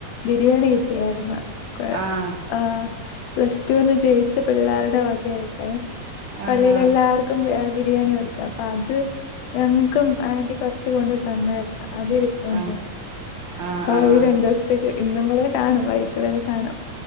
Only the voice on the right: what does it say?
ആഹ്
ആഹ്
ആഹ് ആഹ്
ആഹ്